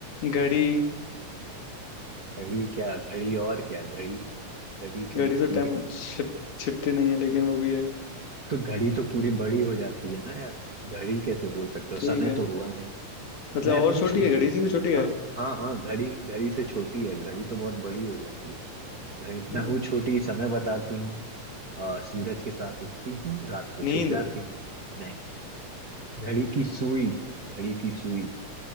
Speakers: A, on the left (about 70°); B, on the right (about 40°).
A: घड़ी
B: घड़ी क्या घड़ी और क्या घड़ी घड़ी चलो
A: घड़ी तो
B: ठीक
A: टाइम
B: है
A: छिप छिपती नहीं है लेकिन वो भी है
B: तो घड़ी तो पूरी बड़ी हो जाती है ना यार घड़ी कैसे बोल सकते हो
A: ठीक
B: समय
A: है
B: तो हुआ नहीं
A: मतलब
B: मैं
A: और
B: हूँ
A: छोटी
B: छोटी
A: है घड़ी से भी छोटी
B: हाँ
A: है
B: हाँ हाँ घड़ी घड़ी से छोटी है घड़ी तो बहुत बड़ी हो जाती है घड़ी मैं
A: ओह,
B: हूँ छोटी समय बताती हूँ अ, सूरज के साथ उठती हूँ रात को छुप
A: नींद
B: जाती हूँ नहीं घड़ी की सुई घड़ी की सुई